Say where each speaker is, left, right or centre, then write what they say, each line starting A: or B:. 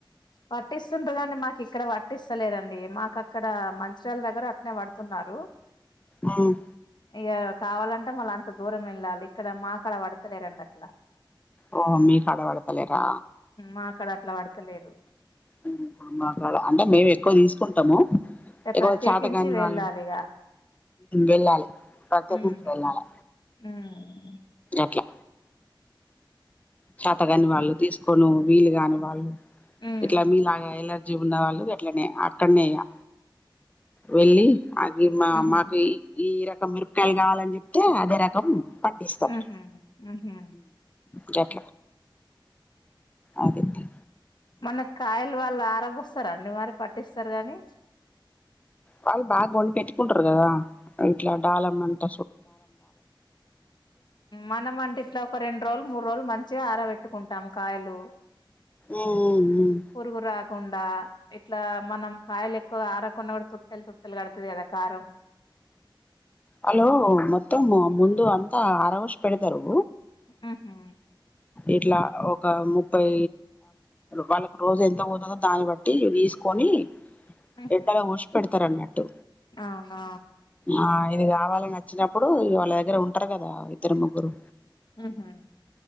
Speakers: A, on the left; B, on the left.
A: పట్టిస్తుంటదండి మాకు ఇక్కడ పట్టిస్తలేదండి మాకు అక్కడ మంచిర్యాల దగ్గర అట్నే పడుతున్నారు
B: ఉమ్
A: ఈ కావాలంటే అ మళ్ళ అంత దూరం వెళ్ళాలి ఇక్కడ మా కదా అడతలే రండి అట్లా
B: ఓ మీకాడపడతలేరా
A: మాకాడ అట్లా పడతలేరు
B: హు కళ అంటే మేము ఎక్కువ తీసుకు కుంటాము ఎకువ
A: ప్రత్యేకించి
B: చాతకాని
A: వెళ్ళాలి
B: వాళ్ళు
A: ఇగ
B: వెళ్ళాలి ప్రతకు
A: ఉమ్
B: వెళ్ళాలి
A: ఉమ్
B: ఓకే చేత కాని వాళ్ళు తీసుకోను వీలు కాను వాళ్ళు
A: ఉమ్
B: ఎట్లా మీలాగా ఎలా చూ ఉన్న వాళ్ళు అట్లనే అక్కడనేయా వెళ్ళి అది మా
A: ఉహు
B: మాకు ఈ క మిరపకాయలు కావాలని చెప్తే అదే రకం పట్టిస్తారు
A: హు హూ
B: దక ఆదిత్య
A: మనకి కాయలు వాళ్ళు ఆరబోస్తారండి మరి పట్టిస్తారు గానీ
B: వాళ్ళు బాగా కొన్ పెట్టుకుంటారు కదా ఇట్లా డాలమ్మ అంట
A: మనం అంటె ఇట్లా ఒక రెండు రోజులు మూడు రోజులు మంచిగా ఆరబెట్టుకుంటాం కాయలు
B: ఉమ్ ఉమ్
A: పోరుగురు కాకుండా ఇట్లా మనం కాయలు ఎక్కువ ఆరకుండా కూడా తుట్టెలు తుట్టెలు కడుతది కదా కారం
B: హలో మొత్తం ముందు అంతా ఆరవోషి పెడతారు
A: ఊహూ
B: ఇట్లా ఒక ముప్పై వాళ్ళకి రోజు ఎంత పోతదో దాన్ని బట్టి తీసుకొని
A: ఉహు
B: ఎట్టగా పోష పెడతారన్నట్టు
A: అవునా
B: ఆ ఇది కావాలని వచ్చినప్పుడు వాళ్ళ దగ్గర ఉంటారు కదా ఇద్దరు ముగ్గురు
A: ఊహూ